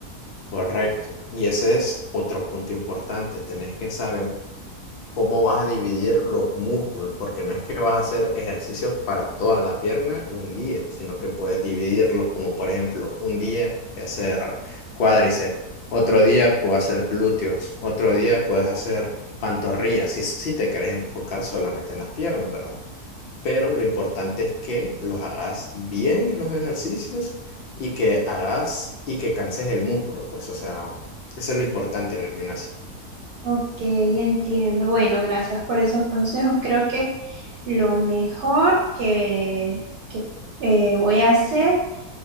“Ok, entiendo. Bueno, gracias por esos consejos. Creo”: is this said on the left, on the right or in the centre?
Right